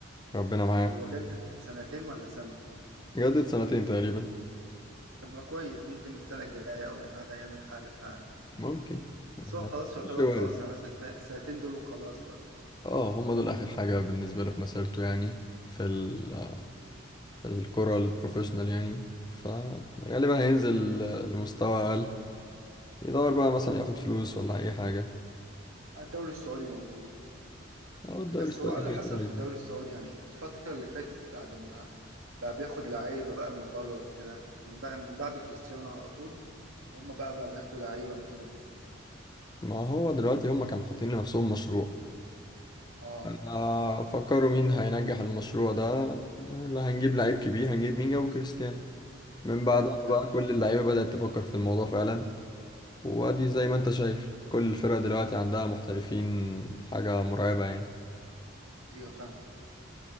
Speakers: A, on the left; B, on the right.
A: ربنا معاه
B: هو جدد سنتين ولا سنة
A: جدد سنتين تقريبا
B: طب ما كويس ممكن السنة الجاية أو اللي بعدها يعمل حاجة فعلا
A: ممكن
B: بس هو خلاص يعتبر
A: مش وارد
B: خلاص يعني مثلا السنة- السنتين دول وخلاص بقى
A: اه هم دول اخر حاجه بالنسبه له في مسيرته يعني في ال آه، في الكره البروفيشنال يعني فغالبا هينزل آه، لمستوى اقل يدور بقى مثلا ياخد فلوس ولا اي حاجه
B: آه، الدوري السعودي موجود
A: هو الدوري
B: بس
A: السعودي
B: هو قال اللي
A: فيه
B: حصل
A: كده يعني.
B: في الدوري السعودي يعني الفترة اللي فاتت بعد ما بقى بياخد لعيبة بقى من بره وكده من بقى من بعد كريستيانو على طول هما بقى بقى بياخدوا لعيبة من أوروبا
A: ما هو دلوقتي هم كانوا حاطين لنفسهم مشروع
B: اه
A: آه، فكروا مين هينجح المشروع ده اللي هنجيب لعيب كبير هنجيب مين جابوا كريستيانو من بعدها
B: امم فاهم
A: بقى كل اللعيبة بدأت تفكر في الموضوع فعلا وادي زي ما انت شايف كل الفرق دلوقتي عندها محترفين حاجة مرعبة يعني
B: ايوه فاهم